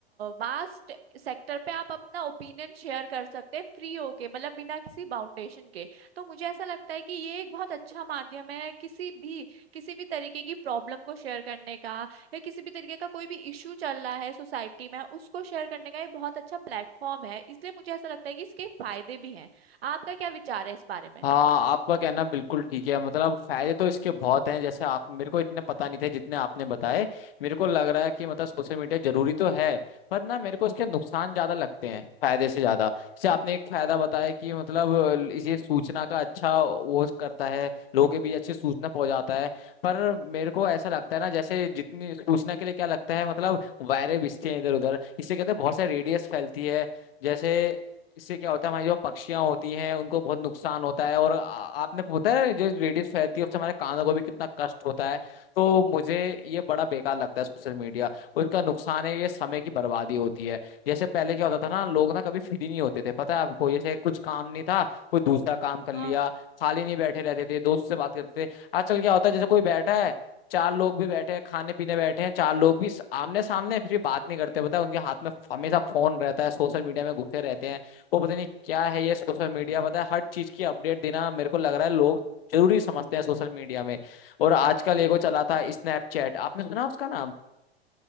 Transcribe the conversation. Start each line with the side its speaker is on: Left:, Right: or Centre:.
Right: वास्ट सेक्टर पे आप अपना ओपिनियन शेयर कर सकते हैं फ्री होके मतलब बिना किसी बाउंडेशन के तो मुझे ऐसा लगता है कि ये एक बहुत अच्छा माध्यम है किसी भी किसी भी तरीके की प्रॉब्लम को शेयर करने का या किसी भी तरीके का कोई भी इश्यू चल रहा है सोसाइटी में उसको शेयर करने का ये बहुत अच्छा प्लेटफॉर्म है इसलिए मुझे ऐसा लगता है कि इसके फायदे भी हैं आपका क्या विचार है इस बारे में
Left: हाँ आपका कहना बिल्कुल ठीक है मतलब फायदे तो इसके बहुत हैं जैसे आप मेरे को इतने पता नहीं थे जितने आपने बताए मेरे को लग रहा है कि मतलब सोशल मीडिया जरूरी तो है पर ना मेरे को इसके नुकसान ज्यादा लगते हैं फायदे से ज्यादा जैसे आपने एक फायदा बताया कि मतलब ये सूचना का अच्छा वो करता है लोगों के बीच अच्छी सूचना पहुंचाता है पर मेरे को ऐसा लगता है ना जैसे जितनी सूचना के लिए क्या लगता है मतलब वायरें बिछते हैं इधर उधर इससे कहते हैं बहुत सारी रेडियस फैलती है जैसे इससे क्या होता है हमारी जो पक्षियां होती हैं उनको बहुत नुकसान होता है और आ- आपने पता है जो रेडियस फैलती है उससे हमारे कानों को भी कितना कष्ट होता है तो मुझे ये बड़ा बेकार लगता है सोशल मीडिया उसका नुकसान है ये समय की बर्बादी होती है जैसे पहले क्या होता था ना लोग ना कभी फ्री नहीं होते थे पता है आपको जैसे कुछ काम नहीं था कोई दूसरा काम कर लिया
Right: हाँ
Left: खाली नहीं बैठे रहते थे दोस्त से बात करते थे आजकल क्या होता है जैसे कोई बैठा है चार लोग भी बैठे हैं खाने पीने बैठे हैं चार लोग भी आमने सामने फिर भी बात नहीं करते पता है उनके हाथ में हमेशा फोन रहता है सोशल मीडिया में घुसे रहते हैं वो पता नहीं क्या है ये सोशल मीडिया पता है हर चीज की अपडेट देना मेरे को लग रहा है लोग जरूरी समझते हैं सोशल मीडिया में और आजकल एगो चला था स्नैपचैट आपने सुना उसका नाम